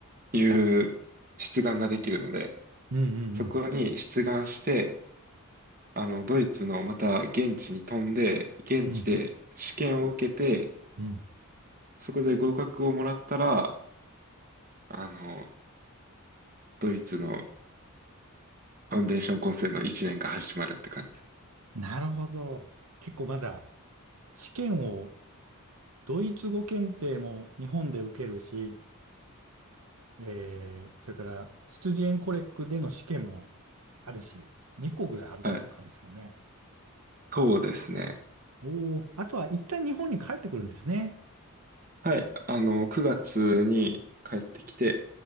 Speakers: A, on the right; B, on the right.
A: 入出願ができるので、
B: うんうんうん。
A: そこに出願して、あのドイツのまた現地に飛んで、現地で試験を受けて、
B: うんうん。
A: そこで合格をもらったら、あのドイツのファウンデーションコースへの1年が始まるって感じ。
B: なるほど。結構まだ試験をドイツ語検定も日本で受けるし、えー、それからスチュディエンコレックでの試験もあるし、2個ぐらいあるって感じですかね。
A: はい。そうですね。
B: おお、あとは一旦日本に帰ってくるんですね。
A: はい。あの、9月に帰ってきて、